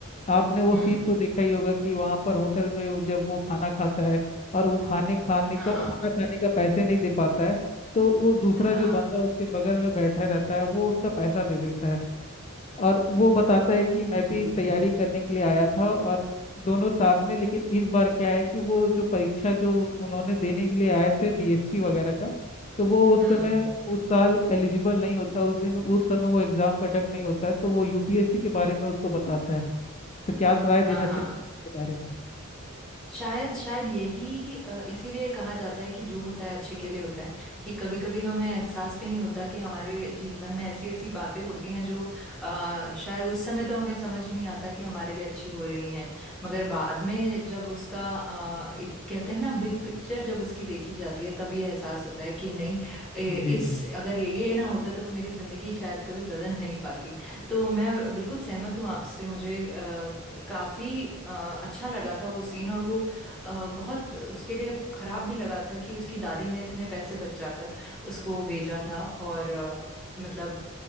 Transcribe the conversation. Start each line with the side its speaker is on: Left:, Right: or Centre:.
Left: आपने वो
Centre: हम्म
Left: सीन तो देखा ही होगा कि वहाँ पर होटल में वो- जब वो खाना खाता है और वो खाने खाने
Centre: हाँ
Left: का खाना खाने का पैसे नहीं दे पाता है तो वो दूसरा
Centre: हाँ
Left: जो बंदा उसके बगल में बैठा रहता है वो उसका पैसा दे देता है और वो बताता है कि मैं
Centre: जी
Left: भी तैयारी करने के लिए आया था और दोनों साथ में लेकिन इस बार क्या है कि वो जो परीक्षा जो उन्होंने देने के लिए आए थे डीएसपी वगैरह का तो वो उस
Centre: हम्म
Left: समय उस साल एलिजिबल नहीं होता उस दिन उस समय वो एग्जाम कंडक्ट नहीं होता है तो वो यूपीएससी के बारे में उसको बताता है तो क्या राय देना
Centre: हाँ हाँ
Left: चाहिए इसके बारे में
Centre: शायद शायद यही अ, इसीलिए कहा जाता है कि जो होता है अच्छे के लिए होता है कि कभी कभी हमें एहसास भी नहीं होता कि हमारे जीवन में ऐसी ऐसी बातें होती हैं जो अ, शायद उस समय तो हमें समझ नहीं आता कि हमारे लिए अच्छी हो रही हैं मगर बाद में जब उसका अ, एक कहते हैं ना बिग पिक्चर जब उसकी देखी जाती है तब ये एहसास होता है कि नहीं ए,
Left: जी
Centre: इस
Left: जी
Centre: अगर ये ये ना होता तो मेरी जिंदगी शायद कभी बदल नहीं पाती तो मैं बिल्कुल सहमत हूँ आपसे मुझे काफी अ, अच्छा लगा था वो सीन और वो अ, बहुत उसके लिए खराब भी लगा था कि उसकी दादी ने इतने पैसे बचाकर उसको भेजा था और अ, मतलब